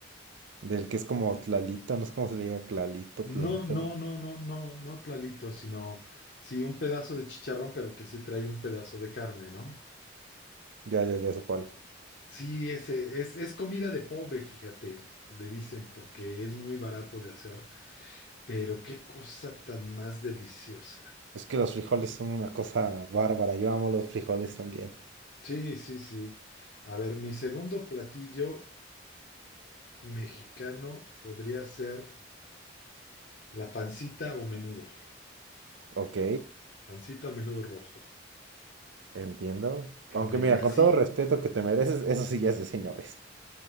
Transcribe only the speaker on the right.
Del que es como tlalito, no sé cómo se le diga, tlalito, tlalito.
¿no?
Ya, ya, ya sé cuál.
Es que los frijoles son una cosa bárbara. Yo amo los frijoles también.
Ok,
entiendo. Aunque
mira,
con todo respeto que te mereces, eso sí ya es de señores.